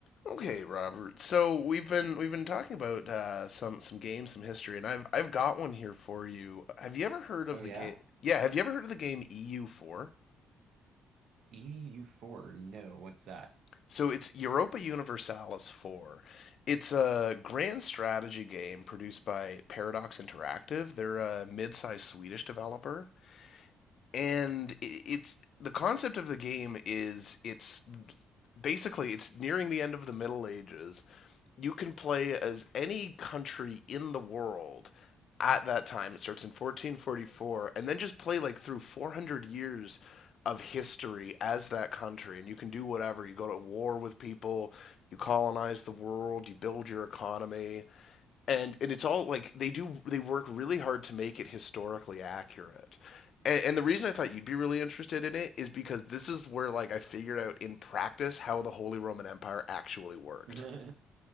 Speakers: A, on the left; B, on the right.
A: Okay, Robert. So we've been we've been talking about uh, some some games, some history, and I've I've got one here for you. Have you ever heard of
B: Oh
A: the
B: yeah?
A: game? Yeah, have you ever heard of the game EU4?
B: EU4. No, what's that?
A: So it's Europa Universalis 4. It's a grand strategy game produced by Paradox Interactive. They're a mid-sized Swedish developer, and i- it's the concept of the game is it's basically it's nearing the end of the Middle Ages. You can play as any country in the world at that time. It starts in 1444, and then just play like through 400 years of history as that country. And you can do whatever. You go to war with people, you colonize the world, you build your economy and and it's all like they do they work really hard to make it historically accurate and, and the reason i thought you'd be really interested in it is because this is where like i figured out in practice how the holy roman empire actually worked
B: <laughs>